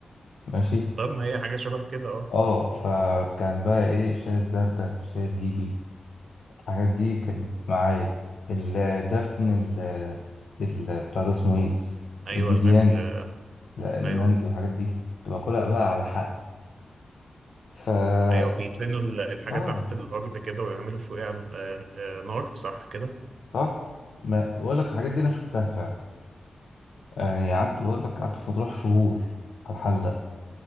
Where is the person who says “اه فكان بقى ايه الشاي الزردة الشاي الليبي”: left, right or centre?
Left